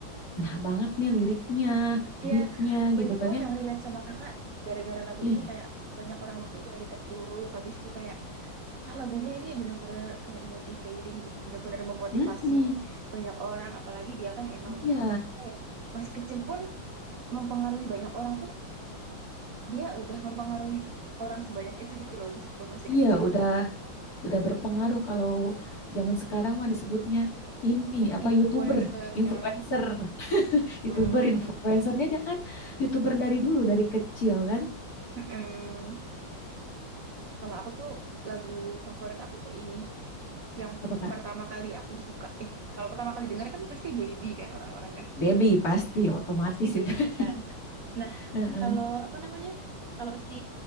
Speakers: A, on the left; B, on the right.
A: enak banget nih liriknya,
B: Iya,
A: beatnya
B: banyak
A: gitu kan
B: loh
A: ya.
B: yang relate sama kakak gara-gara lagu itu
A: Ih,
B: kayak banyak orang waktu itu lagi terpuruk, habis itu kayak Wah, lagunya ini bener-bener kayak motivating gitu. Bener-bener memotivasi
A: mm-mm,
B: banyak orang. Apalagi dia kan emang
A: iya,
B: apa ya, masih kecil pun mempengaruhi banyak orang tuh. Dia udah mempengaruhi orang sebanyak itu gitu loh. Meskipun masih
A: iya
B: kecil.
A: udah udah berpengaruh kalau zaman sekarang mah disebutnya ini apa
B: Influencer
A: YouTuber, influencer,
B: kan.
A: <laughs> YouTuber,
B: Mm,
A: influencernya dia kan YouTuber dari dulu dari kecil kan,
B: mm-mm. Kalau aku tuh lagu favorit aku tuh ini. Yang
A: apa Kak?
B: pertama kali aku suka. Eh, kalau pertama kali denger kan pasti Baby kan orang-orang kan.
A: Baby pasti otomatis
B: pasti BUB
A: itu.
B: kan. Nah,
A: <laughs> Heeh,
B: kalau apa namanya? Kalau si